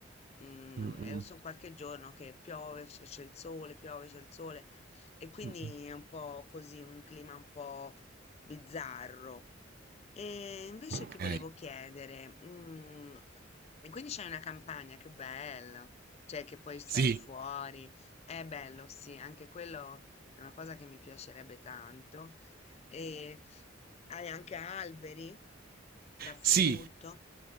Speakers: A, on the left; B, on the right.
A: sono
B: Mm, mm,
A: qualche giorno che piove, c- c'è il sole, piove, c'è il sole e quindi
B: mm, mm.
A: è un po' così, un clima un po' bizzarro. E invece
B: Ok.
A: ti volevo chiedere, mm, e quindi c'è una campagna, che bello, cioè che puoi stare
B: Sì.
A: fuori, è bello, sì, anche quello è una cosa che mi piacerebbe tanto. E hai anche alberi da frutto.
B: Sì,